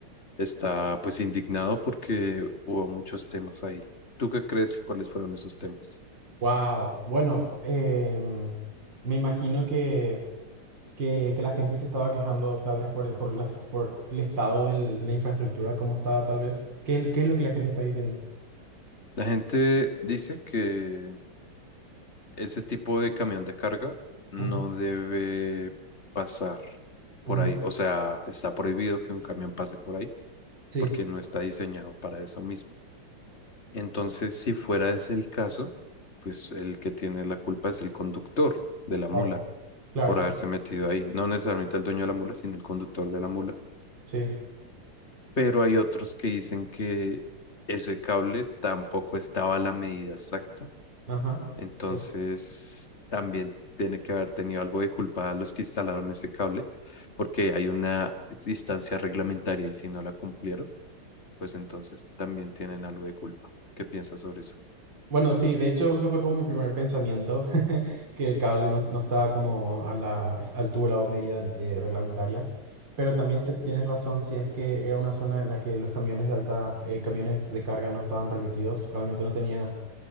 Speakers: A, on the left (about 35°); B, on the right (about 55°).
A: está pues indignado porque hubo muchos temas ahí. ¿Tú qué crees? ¿Cuáles fueron esos temas?
B: Wow, bueno, em, me imagino que... que, que la gente se estaba quejando tal vez por el, por la sit- por el estado del- de la infraestructura, cómo estaba tal vez. ¿Qué, es- qué es lo que la gente está diciendo?
A: La gente dice que Ese tipo de camión de carga no
B: Ujú,
A: debe pasar
B: ujú.
A: por ahí. O sea, está prohibido que un camión pase por ahí
B: Sí,
A: porque no está diseñado para eso mismo. Entonces, si fuera ese el caso, pues el que tiene la culpa es el conductor de la
B: claro,
A: mula
B: claro,
A: por
B: claro.
A: haberse metido ahí. No necesariamente el dueño de la mula, sino el conductor de la mula.
B: Sí,
A: Pero hay otros que dicen que ese cable tampoco estaba a la medida exacta
B: ajá.
A: Entonces,
B: sí.
A: también tiene que haber tenido algo de culpa los que instalaron ese cable, porque hay una distancia reglamentaria y si no la cumplieron, pues entonces también tienen algo de culpa. ¿Qué piensas sobre eso?
B: Bueno, sí, de hecho, ese fue como mi primer pensamiento, <laughs> que el cable no, no estaba como a la est- altura o medida eh, reglamentaria. Pero también te- tienes razón si es que era una zona en la que los camiones de alta, eh, camiones de carga no estaban permitidos. Realmente no tenía